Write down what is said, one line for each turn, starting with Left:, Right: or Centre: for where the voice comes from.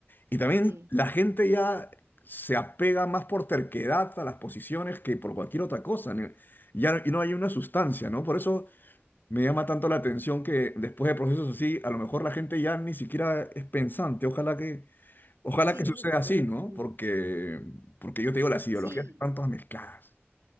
Left: Y también
Right: Sí,
Left: la gente ya se apega más por terquedad a las posiciones que por cualquier otra cosa. ni- Ya, y no hay una sustancia, ¿no? Por eso... Me llama tanto la atención que después de procesos así, a lo mejor la gente ya ni siquiera es pensante. Ojalá que, ojalá
Right: sí,
Left: que suceda así,
Right: totalmente.
Left: ¿no? Porque, porque yo te digo, las ideologías
Right: Sí,
Left: están todas mezcladas.